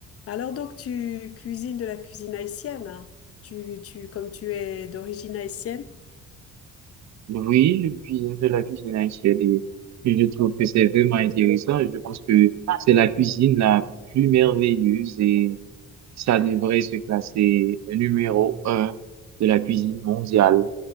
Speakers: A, on the left (about 50°); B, on the right (about 65°).
A: Alors donc tu cuisines de la cuisine haïtienne, hein. Tu, tu, comme tu es d'origine haïtienne?
B: Oui, le cuisine de la cuisine haïtienne, et je trouve que c'est vraiment intéressant. Je pense que c'est la cuisine la plus merveilleuse et ça devrait se classer numéro un de la cuisine mondiale.